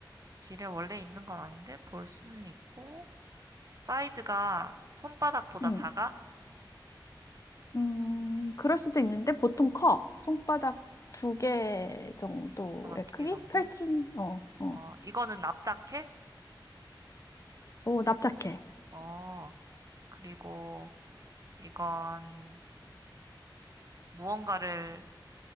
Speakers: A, on the right; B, on the left.
A: 길에 원래 있는 건 아닌데 볼 수는 있고 사이즈가 손바닥보다
B: 음,
A: 작아?
B: 음, 그럴 수도 있는데 보통 커. 손바닥 두 개 정도의
A: 바닥 두
B: 크기?
A: 개 정도?
B: 펼친, 어, 어.
A: 어, 이거는 납작해?
B: 오, 납작해.
A: 어, 그리고 이건 무언가를